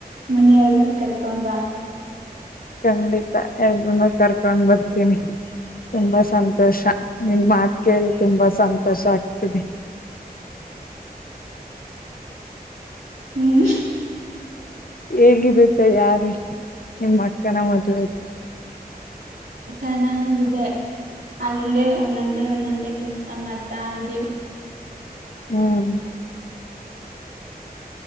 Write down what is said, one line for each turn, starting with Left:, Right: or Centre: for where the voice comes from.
Right: ಮೊನೆಯರ್ನು ಕರ್ಕೊಂಡ್ವಾ
Left: ಖಂಡಿತ ಎಲ್ನು ಕರ್ಕೊಂಡ್ ಬರ್ತೀನಿ ತುಂಬಾ ಸಂತೋಷ ನಿನ್ ಮಾತ್ ಕೇಳಿ ತುಂಬಾ ಸಂತೋಷ ಆಗ್ತದೆ
Right: ಹ್ಮ್
Left: ಹೇಗಿದ್ದತ್ತ ಯಾರಿ ನಿಮ್ಮ ಅಕ್ಕನ ಮದ್ುವೆದು
Right: ಚೆನ್ನಾಗಿದೆ ಹಂಗೆ ಒಂದೊಂದೇ ಒಂದೊಂದೇ ಕೆಲ್ಸ ಮಾಡ್ತಾ ಇದ್ದೀವಿ
Left: ಹ್ಮ್